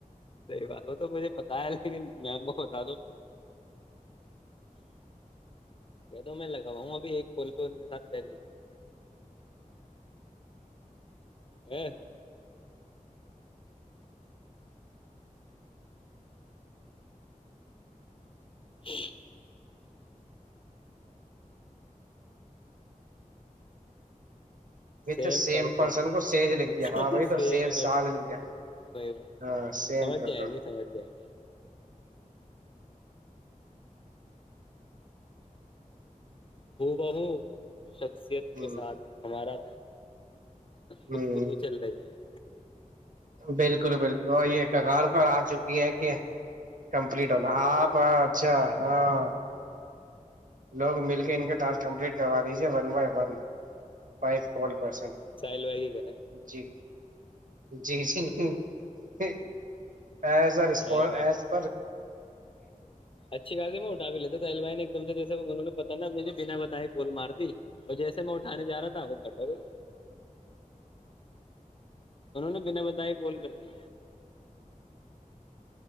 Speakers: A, on the left; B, on the right.
A: صحیح بات وہ تو مجھے پتا ہے لیکن میم کو بتا دو کہ تو میں لگوا ہوں ابھی ایک کول پہ ان کے ساتھ پہل ہاں <inaudible>
B: وت
A: سیم پرسن
B: کو سیج لکھ دیا
A: کوئی
B: ہاں وہی تو سیم ساج لکھ دیا
A: بات نہیں
B: ہاں سیم
A: سمجھ
B: پتا
A: جائیں گے سمجھ جائیں گے وہ بابو شخصیت
B: ہ
A: کے ساتھ ہمارا گفتگو
B: ہ
A: چل رہی ہے
B: بالکل بالکل اور یہ ک گار پر آ چکی ہے کہ کمپلیٹ ہونا آپ اچھا ہاں لوگ مل کے ان کے ٹاسٹ کمپلیٹ کروا دیجیے ون بائی ون ف پرسن
A: ساحل بھائی کے کہہ رہے ہیں
B: جی جی جی <unintelligible> ایز ا رپ
A: ساحل بھائی
B: ایز <unintelligible>
A: اچھی گااتی میں اٹھا بھی لیتا تھاو نے ایک دم سے جیسے انہوں نے پتا نا مجھے بنا بتائے گول مار دی اور جیسے میں اٹھانے جا رہا تھا وہ کٹ ہو گئی انہوں نے بنا بندائے کال کر دی